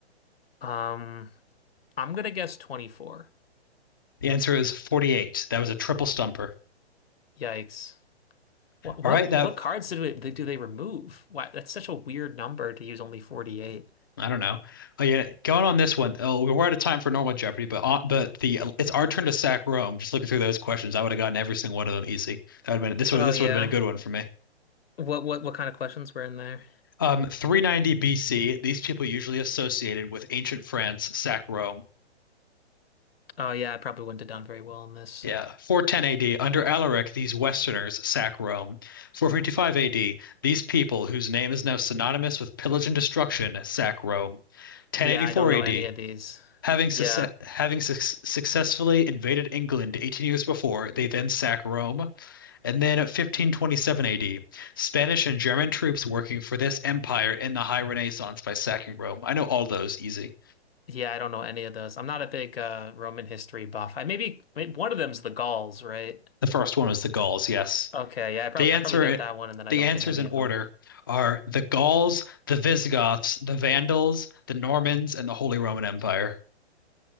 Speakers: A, on the left; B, on the left.
A: Um, I'm gonna guess 24.
B: The answer is 48. That was a triple stumper.
A: Yikes. What
B: All
A: what
B: right, that
A: what cards do they do they remove? Why that's such a weird number to use only 48.
B: I don't know. Oh yeah, going on this one. Oh, we were out of time for normal Jeopardy, but uh, but the it's our turn to sack Rome. Just looking through those questions, I would have gotten every single one of them easy. That would have been this would
A: Oh
B: this
A: yeah.
B: would have been a good one for me.
A: What what what kind of questions were in there?
B: Um, 390 BC. These people usually associated with ancient France sack Rome.
A: Oh yeah, I probably wouldn't have done very well in this.
B: Yeah, 410 AD under Alaric, these Westerners sack Rome. 455 AD, these people whose name is now synonymous with pillage and destruction sack Rome. 1084
A: Yeah, I don't know
B: AD,
A: any of these.
B: Having, succe-
A: Yeah.
B: having suc successfully invaded England 18 years before, they then sack Rome, and then at 1527 AD, Spanish and German troops working for this empire in the High Renaissance by sacking Rome. I know all those easy.
A: Yeah, I don't know any of those. I'm not a big uh Roman history buff. I maybe, maybe one of them's the Gauls, right?
B: The first one was the Gauls, yes.
A: Okay, yeah, I probably
B: The answer,
A: I probably got that one and then I
B: the
A: don't
B: answers
A: get any
B: in
A: of
B: order
A: them.
B: are the Gauls, the Visigoths, the Vandals, the Normans, and the Holy Roman Empire.